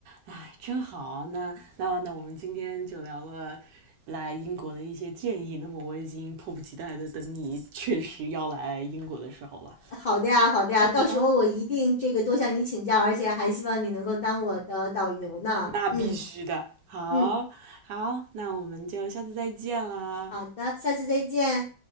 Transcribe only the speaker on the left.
好的呀，好的呀，到时候我一定这个多向你请教，
而且还希望你能够当我的导游呢。
嗯
嗯，
好的，下次再见。